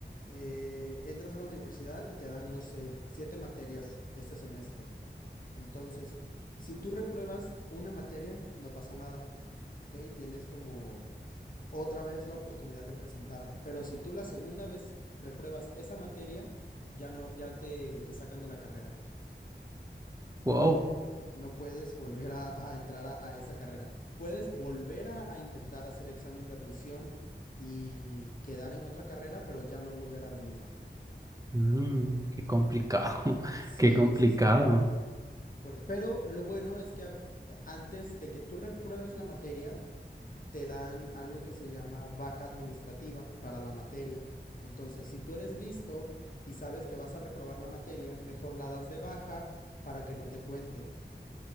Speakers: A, on the left (about 50°); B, on the right (about 20°).
A: eh, entras a la universidad y te dan, no sé, siete materias este semestre. Entonces, si tú repruebas una materia, no pasa nada, ¿ok? Tienes como otra vez la oportunidad de presentarla. Pero si tú la segunda vez repruebas esa materia, ya no, ya te, te sacan de la carrera.
B: Wow,
A: No puedes volver a, a entrar a, a esa carrera. Puedes volver a, a intentar hacer examen de admisión y quedar en otra carrera, pero ya no volver a la misma.
B: Mm, qué complicado, <laughs>
A: Sí,
B: qué complicado.
A: sí, sí. Por- pero lo bueno es que a- eh, antes de que tú repruebes la materia, te dan algo que se llama baja administrativa para la materia. Entonces, si tú eres listo y sabes que vas a reprobar la materia, mejor la das de baja para que no te cuente.